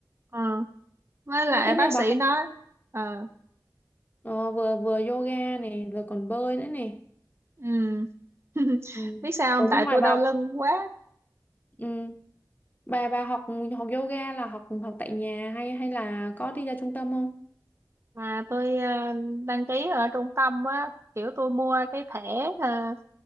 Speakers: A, on the right (about 35°); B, on the left (about 25°).
A: Ờ, với lại
B: thế tính
A: bác
B: nhà bà
A: sĩ
B: hay
A: nói ờ
B: ờ, vừa vừa yoga này rồi còn bơi nữa này
A: ừm. <laughs>
B: ừ.
A: biết sao
B: Ủa
A: không tại
B: nhưng mà
A: tôi
B: bà
A: đau lưng quá
B: Ừ. Bà bà học học yoga là học học tại nhà hay hay là có đi ra trung tâm không?
A: mà tôi ờ, đăng ký ở trung tâm á kiểu tôi mua cái thẻ uh,